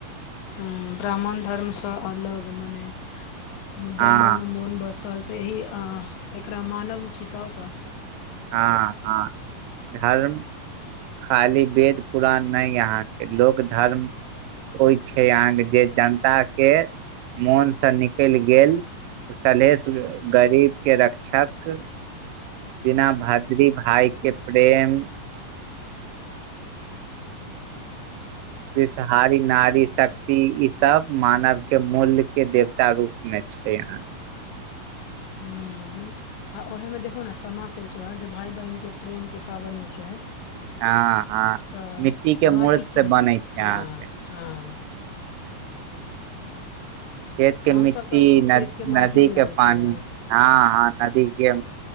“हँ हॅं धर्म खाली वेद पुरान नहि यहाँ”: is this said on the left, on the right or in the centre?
Right